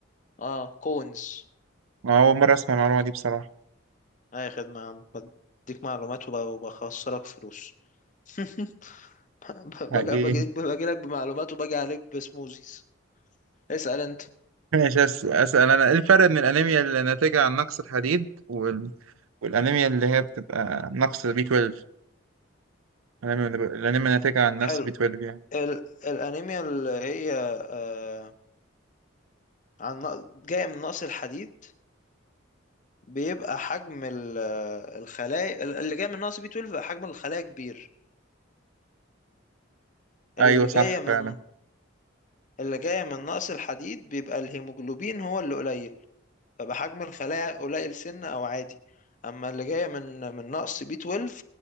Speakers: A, on the left; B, on the right.
A: اه كونز
B: ما أول مرة أسمع المعلومة دي بصراحة
A: اي خدمة يا عم بديك معلومات وب- وبخسرك فلوس <laughs>
B: حقيقي
A: باجي باجي باجي لك بمعلومات وباجي عليك بسموزيز اسأل انت
B: <laughs> ماشي أس- أسأل أنا إيه الفرق بين الأنيميا اللي ناتجة عن نقص الحديد وال... والأنيميا اللي هي بتبقى نقص بي 12 الأنيميا اللي ب- الأنيميا ناتجة عن نفس
A: حلو
B: بي 12 يعني
A: ال الانيميا اللي هي آه عن نق- جاية من نقص الحديد بيبقى حجم ال- الخلايا اللي جاية من نقص بي 12 بيبقى حجم الخلايا كبير اللي
B: أيوة صح
A: جاية من
B: فعلا
A: اللي جاية من نقص الحديد بيبقى الهيموجلوبين هو اللي قليل فبحجم الخلايا قليل سن او عادي اما اللي جايه من من نقص بي 12